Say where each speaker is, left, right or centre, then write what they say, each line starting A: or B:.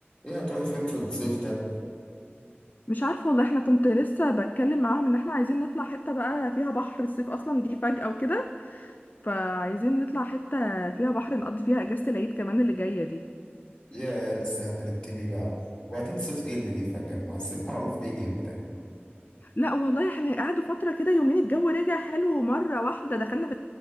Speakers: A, on the left (about 30°); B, on the left (about 45°).
A: ايه هتروحي فين في الصيف ده
B: مش عارفة والله احنا كنت لسه بتكلم معاهم ان احنا عايزين نطلع حتة بقى فيها بحر الصيف اصلا جه فجأة وكده فعايزين نطلع حتة فيها بحر نقضي فيها اجازة العيد كمان اللي جاية دي
A: يا لسه هترتبي بقى وبعدين صيف ايه اللي جه فجأة ما الصيف معروف بيجي امتى
B: لا والله احنا قعدوا فترة كده يومين الجو رجع حلو مرة واحدة دخلنا في